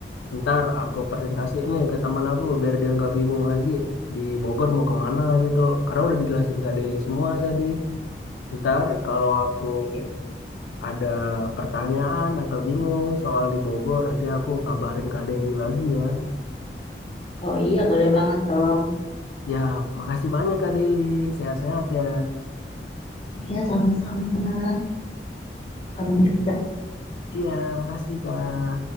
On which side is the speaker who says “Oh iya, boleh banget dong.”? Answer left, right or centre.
Left